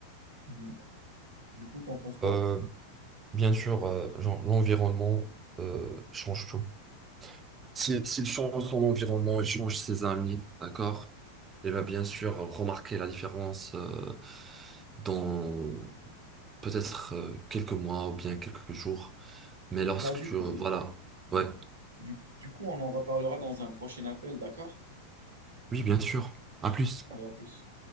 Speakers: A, on the right (about 70°); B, on the right (about 20°).
A: Hmm. du coup, t'en penses quoi?
B: Euh, bien sûr, euh, genre, l'environnement euh, change tout. Si- S'il change son environnement, il change ses amis, d'accord? Il va bien sûr remarquer la différence euh, dans peut-être euh, quelques mois ou bien quelques jours. Mais lorsque
A: Bah, du
B: tu...
A: coup,
B: euh, Voilà. Ouais.
A: du, du coup, on en reparlera dans un prochain appel, d'accord?
B: Oui, bien sûr. À plus.
A: Allez, à plus.